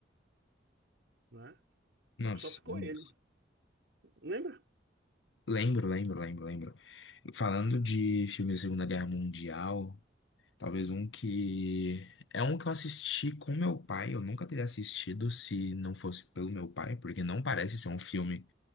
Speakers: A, on the right (about 80°); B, on the left (about 85°).
A: né?
B: Não, sim.
A: Só ficou ele. Lembra?
B: Lembro, lembro, lembro, lembro. Falando de filmes da Segunda Guerra Mundial, talvez um que. É um que eu assisti com meu pai. Eu nunca teria assistido se não fosse pelo meu pai, porque não parece ser um filme.